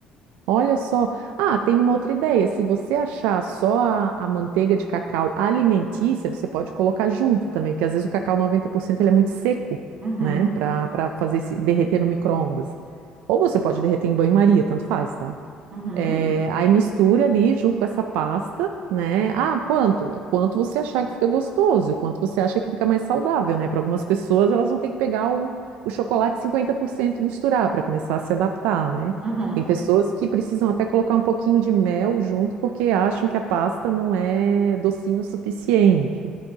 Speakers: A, on the right; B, on the right.
A: Olha só. Ah, tem uma outra ideia. Se você achar só a, a manteiga de cacau alimentícia, você pode colocar junto também, porque às vezes o cacau 90% ele é muito seco,
B: Uhum.
A: né? Para para fazer se derreter no micro-ondas. Ou você pode derreter em banho-maria, tanto faz, tá?
B: Uhum.
A: É, aí mistura ali junto com essa pasta, né? Ah, quanto? Quanto você achar que fica gostoso, quanto você acha que fica mais saudável, né? Para algumas pessoas, elas vão ter que pegar o, o chocolate 50% e misturar para começar a se adaptar, né?
B: Uhum.
A: Tem pessoas que precisam até colocar um pouquinho de mel junto porque acham que a pasta não é docinho o suficiente.